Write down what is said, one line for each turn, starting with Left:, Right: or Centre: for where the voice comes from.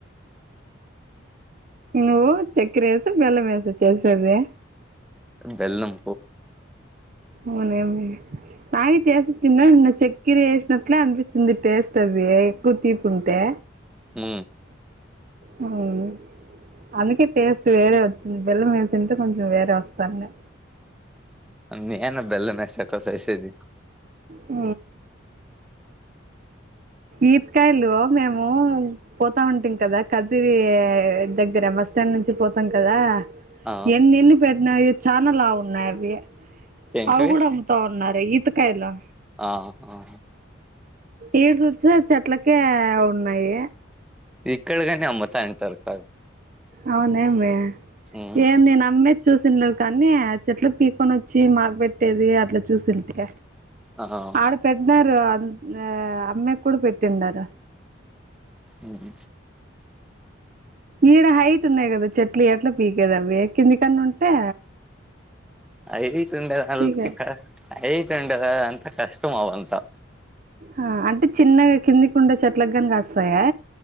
Right: నువ్వు చక్కర వేస బెల్లం వేస చేసేది
Centre: బెల్లం
Right: ఓనేమి <unintelligible> నాయి చేసిచ్చంద నిన్న చెక్కిర వేసినట్లే అనిపించింది టేస్ట్ అవి ఎక్కువ తీపు ఉంటే
Centre: హ
Right: మ్మ్ అందుకే టేస్ట్ వేరే వచ్చింది బెల్లం వేసింటే కొంచెం వేరే వస్తాండి
Centre: నేను బెల్లం మేసి అట్ల సేసేది
Right: ఆ ఈపకాయలు మేము పోతా ఉంటీం కదా కదిరి దగ్గర బస్ స్టాండ్ నుంచి పోతాం కదా
Centre: ఆ
Right: ఎన్ని ఎన్ని పెట్టినా చాన లావు ఉన్నాయి
Centre: ఏంటివి
Right: అవి కూడా తన్నారు ఈత కాయలు
Centre: ఆహా
Right: ఈడు చుతే చెట్లకే ఉన్నాయి
Centre: ఇక్కడ కానీ అమ్ముతా ఉంటారు పక్కన
Right: అవున్ ఏమి
Centre: మ్మ్
Right: ఏం నేను అమ్ చూసిండవు కానీ చెట్లు పీకొని వచ్చి మాకు పెట్టేది అట్లా చూసిట్క
Centre: ఆహ
Right: ఆడ పెట్టినరు అ అమ్మాయికి కూడా పెట్టిందట
Centre: ఉమ్,
Right: ఈడ హైట్ ఉన్నాయి కదా చెట్లు ఎట్లా పీకేది అవి కిందికన్నా ఉంటే
Centre: హైట్ ఉండద అల్కి
Right: పీకే
Centre: క హైట్ ఉండద అంత కష్టం అవంతా
Right: ఆ అంటే చిన్నగా కింది కుండ చెట్ల కాని కాస్తాయా